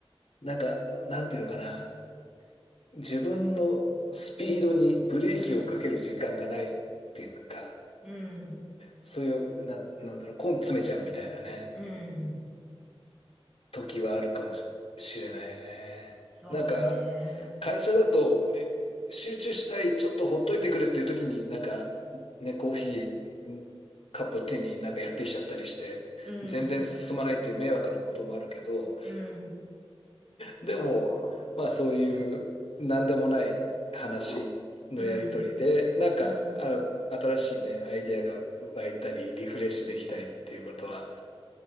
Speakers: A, on the left; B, in the centre.
A: なんか、なんていうのかな。自分のスピードにブレーキをかける時間がないっていうか、
B: うん、うん、
A: そういう、なん、なんだろう、根詰めちゃうみたいなね、
B: うん。
A: 時はあるかもし、しれないね。
B: そうだね。
A: なんか、会社だと、え、集中したい、ちょっとほっといてくれっていう時に、なんか、ね、コーヒー、カップ手になんかやってきちゃったりして、
B: うん、
A: 全然進まないっていう迷惑なこともあるけど、
B: うん、
A: でも、まあそういう何でもない話のやりとりで、
B: うん、
A: なんか、
B: うん。
A: あ、新しいね、アイディアが湧いたり、リフレッシュできたりっていうことは